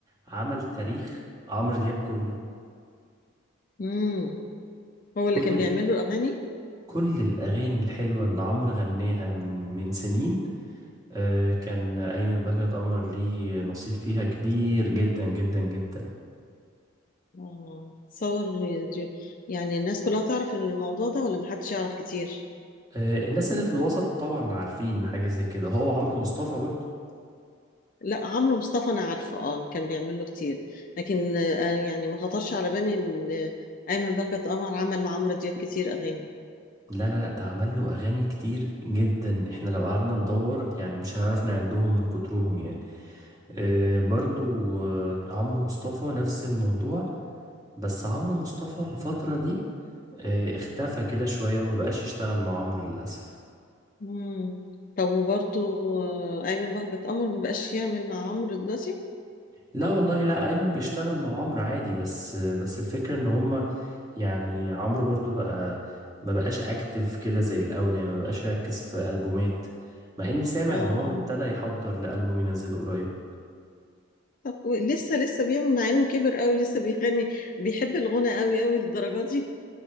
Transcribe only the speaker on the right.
عمل تاريخ عمرو دياب كله
كل
ال...
كل الاغاني الحلوة اللي عمرو غناها من من سنين آه كان ايمن بهجت قمر ليه نصيب فيها كبير جدا جدا جدا
آه الناس اللي في الوسط طبعا عارفين حاجة زي كده هو عمرو مصطفى برضه
لا لا لا، ده عمل له اغاني كتير جدا احنا لو قعدنا ندور يعني مش هنعرف نعدهم من كترهم يعني آه برضو آه عمرو مصطفى نفس الموضوع بس عمرو مصطفى الفترة دي آه اختفى كده شوية وما بقاش يشتغل مع عمرو للأسف
لا والله لا ايمن بيشتغل مع عمرو عادي بس آه بس الفكرة ان هما يعني عمرو برضو بقى ما بقاش اكتف كده زي الاول يعني ما بقاش يركز في ألبومات مع اني سامع
ان هو
ابتدى يحضر لألبوم ينزله قريب